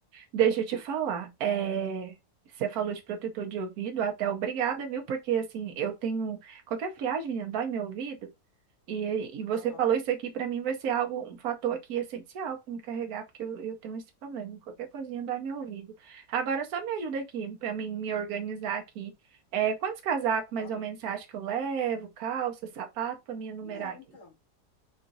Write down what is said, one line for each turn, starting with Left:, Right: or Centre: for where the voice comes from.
Right: deixa eu te falar. É, você falou de protetor de ouvido, até obrigada, viu? Porque, assim, eu tenho. Qualquer friagem, menina, dói meu ouvido. E, e você
Left: Aham,
Right: falou isso aqui, para mim vai ser algo, um fator aqui essencial para me carregar, porque eu, eu tenho esse problema. Qualquer coisinha dói meu ouvido. Agora só me ajuda aqui, para mim me organizar aqui. É, quantos casacos mais
Left: aham.
Right: ou menos você acha que eu levo? Calça, sapato, para me enumerar
Left: Não,
Right: aqui.
Left: então.